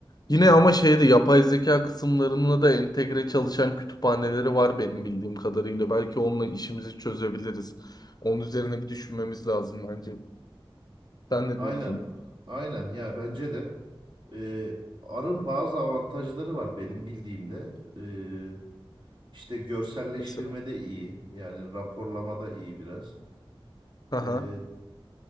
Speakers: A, on the left (about 45°); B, on the right (about 55°).
A: Yine
B: Hı hı.
A: ama şeyde yapay zeka kısımlarına da entegre çalışan kütüphaneleri var benim bildiğim kadarıyla. Belki onunla işimizi çözebiliriz. Onun üzerine bir düşünmemiz lazım bence. Sen ne
B: Aynen.
A: diyorsun?
B: Aynen. Ya bence de e, R'ın bazı avantajları var benim bildiğimde. Ee, işte görselleştirmede
A: Mesela.
B: iyi. Yani raporlamada iyi biraz.
A: Aha.
B: Ee,